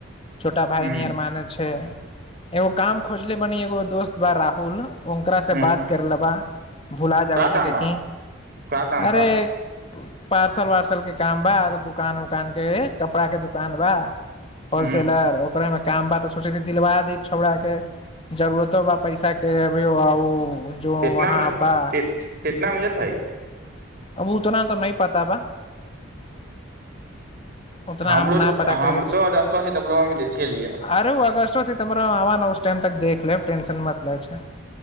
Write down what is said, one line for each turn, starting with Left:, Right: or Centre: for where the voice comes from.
Left: भााय
Right: हूँ
Left: नियर माने छै एगो काम खोजले बनी एगो दोस्त बा राहुल ओकरा से
Right: हूँ
Left: बात कर लेबा भुला जाब
Right: का
Left: ति
Right: दाम
Left: देखी
Right: बा का दाम
Left: अरे
Right: बा
Left: पार्सल वार्सल के काम बा दुकान उकान के कपड़ा के दुकान बा होलसेलर
Right: हूँ
Left: ओ करे मे काम बा तऽ सोचे दिलवा दी छौड़ा के जरूरतो बा पैसा के अभी ओ जो
Right: कितना
Left: वहाँ
Right: मिल
Left: बा
Right: कित कितना मिलत हइ
Left: अब उतना तऽ नहि पता बा उ तना
Right: हमरो
Left: आ न पता
Right: हमरो
Left: कर
Right: रस्तवा सितबरवा में देखे लिए
Left: आर अगसोरा आ देख लेब टेंशन मत लय छै